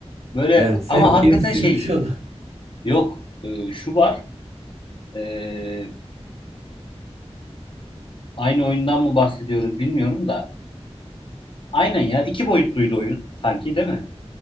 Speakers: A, on the left; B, on the right.
A: Böyle
B: Evet sen
A: ama hakikaten
B: beni silmiş
A: şey
B: onu.
A: yok. Ee, şu var. ee, aynı oyundan mı bahsediyoruz bilmiyorum da. Aynen ya. iki boyutluydu oyun sanki değil mi?